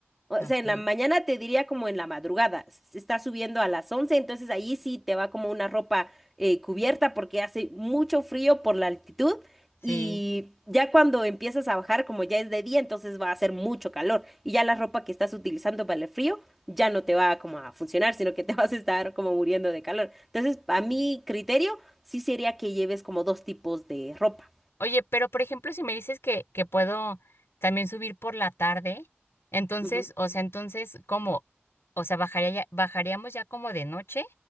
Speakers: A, in the centre; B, on the left.
A: O
B: ¿no?
A: sea,
B: Ok.
A: en la mañana te diría como en la madrugada, se está subiendo a las 11, entonces ahí sí te va como una ropa eh, cubierta porque hace mucho frío por la altitud
B: Sí.
A: y ya cuando empiezas a bajar, como ya es de día, entonces va a hacer mucho calor y ya la ropa que estás utilizando para el frío ya no te va como a funcionar, sino que te <laughs> vas a estar como muriendo de calor. Entonces, a mi criterio, sí sería que lleves como dos tipos de ropa.
B: Oye, pero por ejemplo, si me dices que, que puedo también subir por la tarde, entonces,
A: Ujú.
B: o sea, entonces, ¿cómo? O sea, bajaría ya- bajaríamos ya como de noche.